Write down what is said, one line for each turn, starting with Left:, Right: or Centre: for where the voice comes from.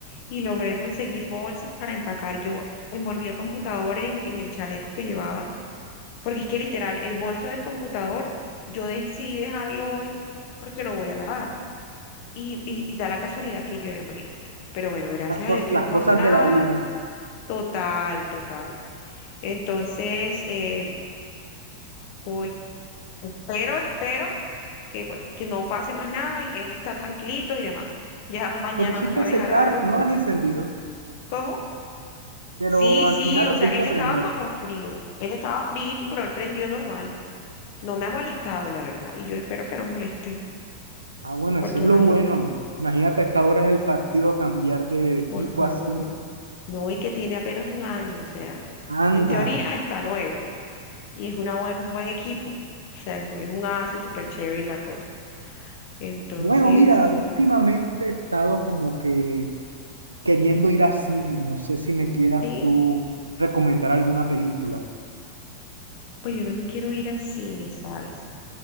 Left: y logré conseguir bolsas para empacar. Yo envolví el computador en, en el chaleco que llevaba Porque es que literal, el bolso del computador, yo decidí dejarlo hoy porque lo voy a lavar. Y, y, y da la casualidad que llueve, imagínate. Pero bueno, gracias
Right: Las cosas,
Left: a Dios que
Right: las
Left: no pasó
Right: cosas
Left: nada.
Right: de la vida.
Left: Total, total. Entonces, eh, voy. Pero espero que, bueno, que no pase más nada y él está tranquilito y demás. Ya mañana
Right: Lo pusiste
Left: otra
Right: a
Left: vez
Right: secar,
Left: agarro el
Right: no
Left: bolso.
Right: las has encendido,
Left: ¿Cómo?
Right: pero
Left: Sí,
Right: al
Left: sí,
Right: final
Left: o
Right: lo
Left: sea,
Right: pudiste
Left: él
Right: prender.
Left: estaba como frío. Él estaba frío, pero él prendió normal. No me ha molestado, la verdad. Y yo espero que no moleste.
Right: Ah, bueno,
Left: Porque
Right: eso es lo
Left: imagínate,
Right: bueno. Imagínate a estas horas del partido cambiar de equipo
Left: por favor,
Right: así.
Left: no, y que tiene apenas un año, o sea,
Right: Anda.
Left: en teoría está nuevo y es una buen- un buen equipo, o sea, es un aso súper chévere y la cosa. Entonces,
Right: Bueno, mira, últimamente he estado como que queriendo ir a cine, no sé si me quieras
Left: sí,
Right: tú recomendar alguna película.
Left: pues yo también quiero ir al cine, ¿sabes?